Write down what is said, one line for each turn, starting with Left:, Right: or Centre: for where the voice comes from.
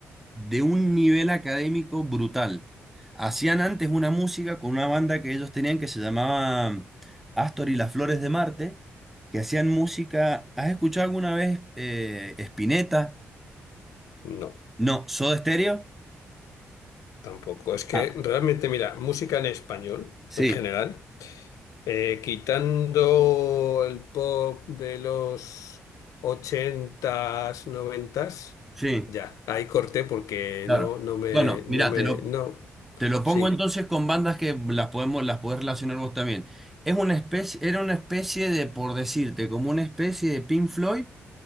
Centre: de un nivel académico brutal. Hacían antes una música con una banda que ellos tenían que se llamaba Astor y las Flores de Marte, que hacían música, ¿has escuchado alguna vez eh, Spinetta?
Left: No,
Centre: No, ¿Soda Stereo?
Left: tampoco. Es que
Centre: Ah,
Left: realmente, mira, música en español,
Centre: sí,
Left: en general, eh, quitando el pop de los ochentas noventas,
Centre: sí.
Left: ya, ahí corté porque
Centre: Claro.
Left: no, no me,
Centre: Bueno,
Left: no
Centre: mira,
Left: me,
Centre: te lo,
Left: no,
Centre: te lo pongo
Left: sí,
Centre: entonces con bandas que las podemos, las podés relacionar vos también. Es una especie, era una especie de, por decirte, como una especie de Pink Floyd